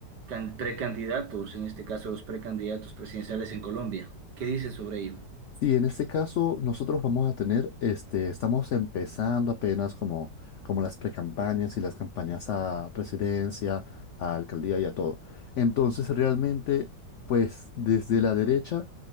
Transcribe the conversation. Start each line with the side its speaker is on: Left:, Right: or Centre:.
Right: can- precandidatos, en este caso los precandidatos presidenciales en Colombia. ¿Qué dices sobre ello?
Left: Y en este caso, nosotros vamos a tener, este, estamos empezando apenas como, como las precampañas y las campañas a presidencia, a alcaldía y a todo. Entonces, realmente, pues desde la derecha